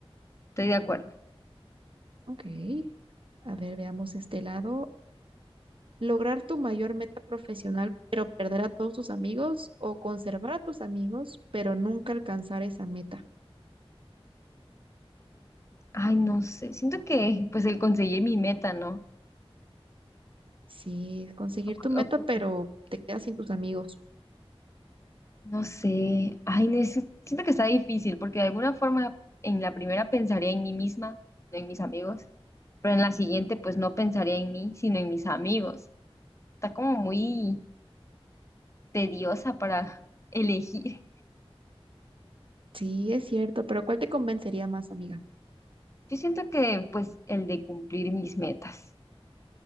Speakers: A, on the left; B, on the right.
A: Estoy de acuerdo.
B: Ok. A ver, veamos este lado. Lograr tu mayor meta profesional, pero perder a todos tus amigos, o conservar a tus amigos, pero nunca alcanzar esa meta.
A: Ay, no sé. Siento que pues el conseguir mi meta, ¿no?
B: Sí, conseguir
A: O qué-
B: tu meta,
A: o qué opinas.
B: pero te quedas sin tus amigos.
A: no sé. Ay, neces- siento que está difícil porque de alguna forma en la primera pensaría en mí misma, no en mis amigos, pero en la siguiente pues no pensaría en mí, sino en mis amigos. Está como muy tediosa para elegir.
B: Sí, es cierto, pero ¿cuál te convencería más, amiga?
A: Yo siento que pues el de cumplir mis metas.